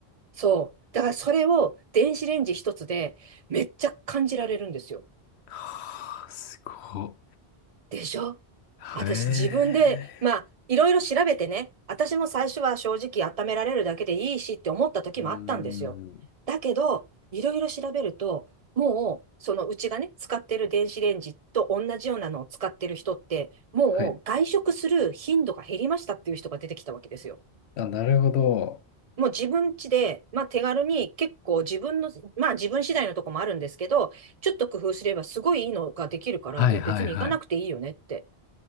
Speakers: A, on the right; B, on the left.
A: そう。だからそれを電子レンジ一つでめっちゃ感じられるんですよ。
B: はー、すごっ。
A: でしょ
B: へえ。
A: 私自分で、まあ、いろいろ調べてね、私も最初は正直温められるだけでいいしって思った時もあったんですよ。
B: うーん。
A: だけど、いろいろ調べると、もう、そのうちがね、使ってる電子レンジと同じようなのを使ってる人って、もう外食する頻度が減りましたっていう人が出てきたわけですよ。
B: はい。あ、なるほど。
A: もう自分家で、まあ手軽に結構自分の、まあ自分次第のとこもあるんですけど、ちょっと工夫すればすごいいいのができるから、
B: はいはいはい。
A: もう別に行かなくていいよねって。